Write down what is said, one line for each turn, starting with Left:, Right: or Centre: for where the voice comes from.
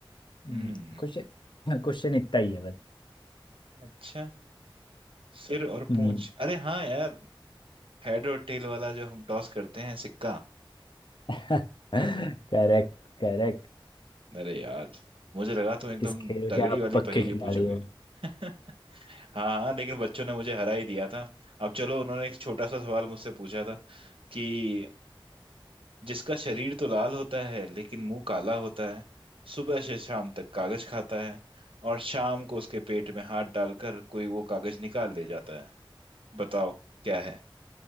Right: हम्म
Left: हम्म, क्वेश्चन क्वेश्चन इतना ही है बस
Right: अच्छा सिर और
Left: हम्म,
Right: पूंछ अरे हाँ यार हेड और टेल वाला जो हम टॉस करते हैं सिक्का
Left: <laughs> Correct correct
Right: अरे यार मुझे लगा तुम एकदम
Left: इस खेल
Right: तगड़ी
Left: के आप
Right: वाली
Left: पक्के
Right: पहेली
Left: खिलाड़ी
Right: पूछोगे
Left: हो
Right: <laughs> हाँ हाँ लेकिन बच्चों ने मुझे हरा ही दिया था अब चलो उन्होंने एक छोटा सा सवाल मुझसे पूछा था कि जिसका शरीर तो लाल होता है लेकिन मुंह काला होता है सुबह से शाम तक कागज खाता है और शाम को उसके पेट में हाथ डालकर कोई वो कागज निकाल ले जाता है बताओ क्या है